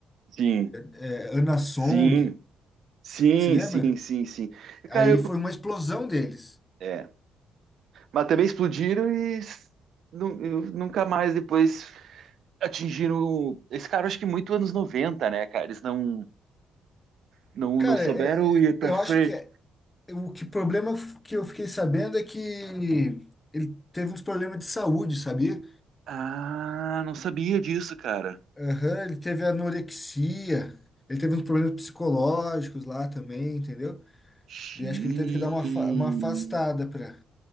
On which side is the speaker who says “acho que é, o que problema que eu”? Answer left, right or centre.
Left